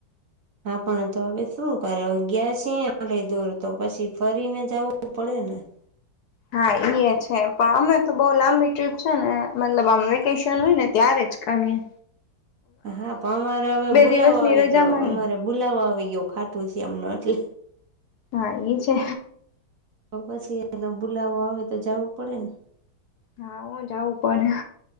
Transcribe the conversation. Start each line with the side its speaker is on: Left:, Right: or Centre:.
Right: હા પણ તો હવે શું કરે ગયા છે આટલી દુર તો પછી ફરીને જ આવવું પડે ને. તેને <unintelligible>
Left: હા ઈએ છે પણ અમે તો બઉ લાંબી ટ્રીપ છે ને મતલબ આમ વેકેશન હોય ને ત્યારે આજકાલ ની.
Right: હા પણ અમારે હવે બુલાવો
Left: દિવસની
Right: આવી
Left: રજામાં
Right: ગયો અમારે
Left: નહી
Right: બુલાવો આવી ગયો. ખાટુશ્યામ નો એટલે
Left: હા એ છે.
Right: તો પછી એનો બુલાવો આવે તો જાવું પડે ને?
Left: હા હો જાવું પડે.